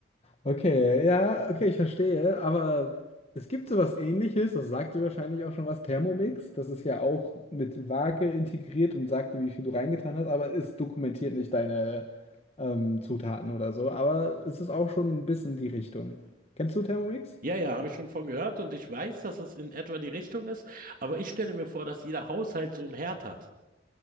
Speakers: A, on the left; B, on the right.
A: Okay, ja, okay, ich verstehe. Aber es gibt sowas Ähnliches, das sagt dir wahrscheinlich auch schon was, Thermomix. Das ist ja auch mit Waage integriert und sagt dir, wie viel du reingetan hast, aber es dokumentiert nicht deine ähm, Zutaten oder so. Aber es ist auch schon ein bisschen die Richtung. Kennst du Thermomix?
B: Ja, ja, habe ich schon von gehört und ich weiß, dass es in etwa die Richtung ist, aber ich stelle mir vor, dass jeder Haushalt so einen Herd hat.